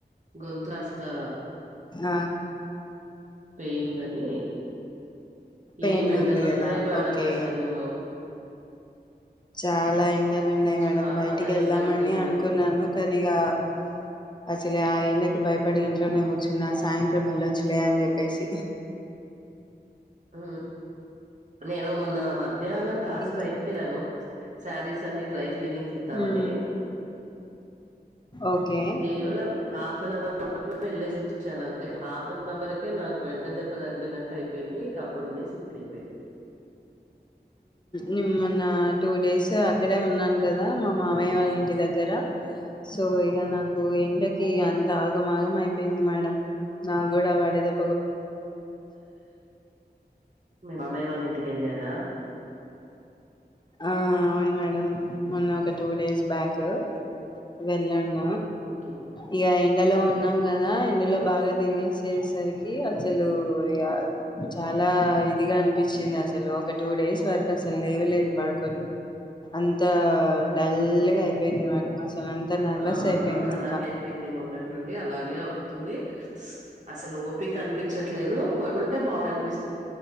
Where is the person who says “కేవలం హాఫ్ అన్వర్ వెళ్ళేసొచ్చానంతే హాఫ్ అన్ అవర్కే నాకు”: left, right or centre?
Right